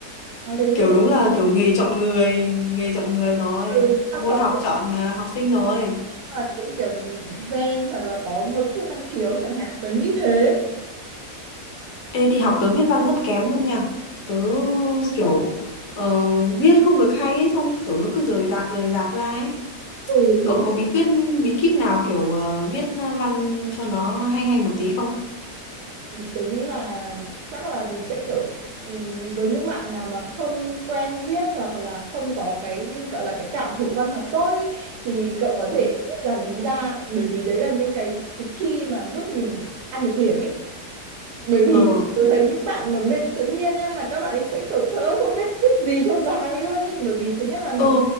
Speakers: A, on the right; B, on the left.
A: Ờ, thế nên
B: kiểu
A: là
B: đúng là kiểu nghề chọn người nghề chọn người rồi
A: ừ, chắc
B: môn
A: hợp
B: học
A: sẽ
B: chọn ờ, học sinh rồi
A: là cũng kiểu gen hoặc là có một chút năng khiếu chẳng hạn tớ nghĩ thế
B: Ê, đi học tớ viết văn rất kém luôn nha Tớ kiểu ờ, viết không được hay ấy, xong kiểu nó cứ rời rạc rời rạc ra ấy
A: ừ đúng
B: Cậu có bí quyết bí kíp nào kiểu ờ, viết văn cho nó hay hay một tí không?
A: Tớ nghĩ là chắc là mình sẽ kiểu ừm, với những bạn nào mà không quen viết hoặc là không có cái gọi là cái cảm thụ văn học tốt ý, thì cậu có
B: Ừ.
A: thể viết dàn ý ra bởi vì đấy là những cái cái key mà giúp mình ăn được điểm ấy. Bởi vì
B: Ờ,
A: tôi thấy những bạn mà bên tự nhiên nha là các bạn ấy sẽ kiểu trời ơi không biết viết gì cho dài luôn ý bởi vì thứ nhất là mình
B: ờ,